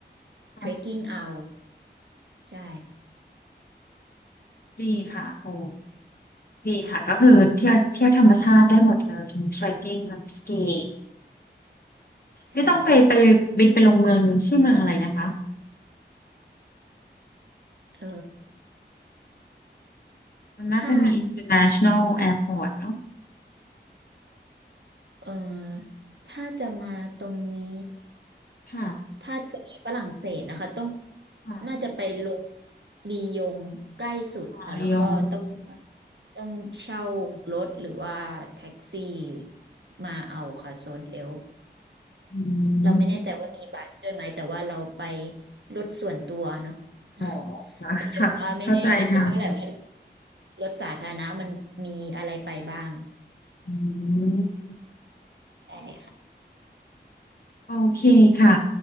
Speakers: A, on the right (about 75°); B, on the left (about 55°).
A: เทรคกิ้งเอา
B: ค่ะ
A: ใช่
B: ดีค่ะโอ้ดีค่ะก็คือเที่ยวเที่ยวธรรมชาติได้หมดเลยทั้งส r e ตกิ้งทั้งสกี
A: ใช่ค่ะ
B: พี่ต้องไปไปบินไปลงเมืองชื่อเมืองอะไรนะคะ
A: เออ
B: มันน่าจะมี
A: ถ้า
B: international airport เนอะ
A: เอ่อถ้าจะมาตรงนี้
B: ค่ะ
A: ถ้าจะไปฝรั่งเศสนะคะต้อง
B: ค่ะ
A: น่าจะไปลงลียงใกล้สุดค่ะแล้วก็ต้อง
B: ค่ะระยอง
A: ต้องเช่ารถหรือว่าแท็กซี่มาเอาค่ะโซนเอลป์
B: อื
A: เราไม่แน่ใจว่ามีบัสด้วยไหมแต่ว่าเราไป
B: ม
A: รถส่วนตัวเนาะ
B: อ๋อ
A: <laughs>
B: ค่ะค่ะเข้าใจค่ะ
A: ก็เลยว่าไม่แน่ใจเท่าไหร่ว่ารถสาธารณะมันมีอะไรไปบ้าง
B: อืม
A: ใช่ค่ะ
B: โอเคค่ะ